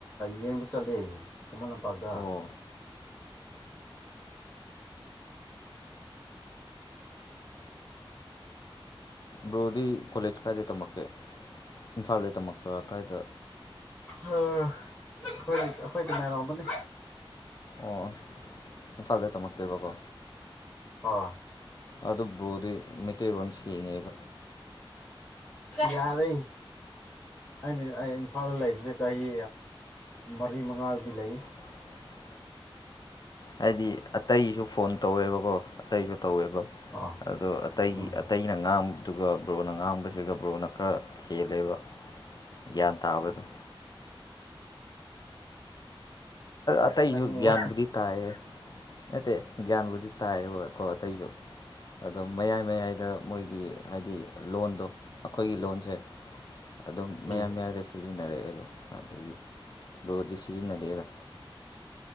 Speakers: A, on the left (about 20°); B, on the left (about 45°).
A: ꯌꯦꯡꯕ ꯆꯠꯂꯦ ꯈꯨꯃꯟ ꯂꯝꯄꯥꯛꯇ
B: ꯑꯣ ꯕ꯭ꯔꯣꯗꯤ ꯀꯣꯂꯦꯖ ꯀꯥꯏꯗ ꯇꯝꯃꯛꯀꯦ ꯏꯝꯐꯥꯜꯗ ꯇꯝꯃꯛꯄ ꯀꯥꯏꯗ
A: ꯑ ꯑꯩꯈꯣꯏꯗꯤ ꯑꯩꯈꯣꯏꯗꯤ ꯃꯔꯣꯗꯅꯤ
B: ꯑꯣ ꯏꯝꯐꯥꯜꯗ ꯇꯝꯃꯛꯇꯣꯏꯔꯤꯕꯀꯣ
A: ꯍ
B: ꯑꯗꯨ ꯕ꯭ꯔꯣꯗꯤ ꯃꯩꯇꯩꯔꯣꯟ ꯁꯦꯡꯉꯦꯕ
A: ꯌꯥꯗ ꯑꯩ ꯃꯤ ꯑꯩ ꯏꯝꯐꯥꯜꯗ ꯂꯩꯕꯁꯦ ꯆꯍꯤ ꯃꯔꯤ ꯃꯉꯥꯗꯤ ꯂꯩ
B: <inaudible> ꯍꯥꯏꯗꯤ ꯑꯇꯩꯁꯨ ꯐꯣꯟ ꯇꯧꯋꯦꯕꯀꯣ ꯑꯇꯩꯁꯨ ꯇꯧꯋꯦꯕ
A: ꯑꯥ
B: ꯑꯗꯣ ꯑꯇꯩꯒꯤ
A: ꯎꯝ
B: ꯑꯇꯩꯅ ꯉꯥꯡ ꯑꯗꯨꯒꯥ ꯕ꯭ꯔꯣꯅ ꯉꯥꯡꯕꯁꯤꯒ ꯕ꯭ꯔꯣꯅꯥ ꯈꯔ ꯍꯦꯜꯂꯦꯕꯥ ꯒ꯭ꯌꯥꯟ ꯇꯥꯕꯗꯣ ꯑꯇꯩꯁꯨ
A: ꯅꯪ
B: ꯒ꯭ꯌꯥꯟꯕꯨꯗꯤ
A: ꯋꯥ
B: ꯇꯥꯏꯌꯦ ꯅꯠꯇꯦ ꯒ꯭ꯌꯥꯟꯕꯨꯗꯤ ꯇꯥꯏꯌꯦꯕꯀꯣ ꯑꯇꯩꯁꯨ ꯑꯗꯨꯝ ꯃꯌꯥꯏ ꯃꯌꯥꯏꯗ ꯃꯣꯏꯒꯤ ꯍꯥꯏꯗꯤ ꯂꯣꯟꯗꯣ ꯑꯩꯈꯣꯏꯒꯤ ꯂꯣꯟꯁꯦ ꯑꯗꯨꯝ
A: ꯎꯝ
B: ꯃꯌꯥꯏ ꯃꯌꯥꯏꯗ ꯁꯤꯖꯤꯟꯅꯩ ꯁꯤꯟꯅꯔꯛꯑꯦꯕꯥ ꯑꯗꯨꯒꯤ ꯂꯣꯗꯤ ꯁꯤꯖꯤꯟꯅꯗꯦꯗꯥ